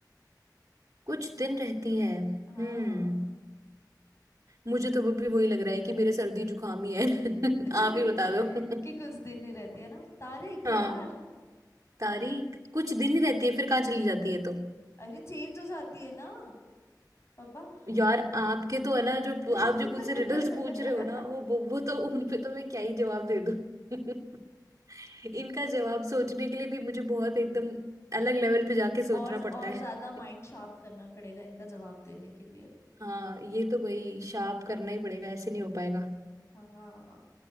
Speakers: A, on the right; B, on the left.
A: कुछ दिन रहती है हम्म
B: हाँ
A: मुझे तो अभी वही लग रहा है कि मेरे सर्दी जुकाम ही है <laughs>
B: <laughs>
A: आप ही बता दो <laughs>
B: कि कुछ दिन ही रहती है ना तारीख
A: हाँ
B: यार
A: तारीख कुछ दिन ही रहती है फिर कहाँ चली जाती है तो
B: अरे चेंज हो जाती है ना पापा
A: यार आपके तो है ना जो
B: <laughs>
A: आप जो मुझसे रिडल्स पूछ रहे हो ना वो वो वो तो उन पे तो मैं क्या ही जवाब दे दूँ <laughs> इनका जवाब सोचने के लिए भी मुझे बहुत एकदम अलग लेवल पे जाके सोचना
B: और
A: पड़ता
B: और
A: है
B: ज्यादा माइंड शार्प करना पड़ेगा इनका जवाब देने के लिए
A: हाँ ये तो भाई शार्प करना ही पड़ेगा ऐसे नहीं हो पाएगा
B: हाँ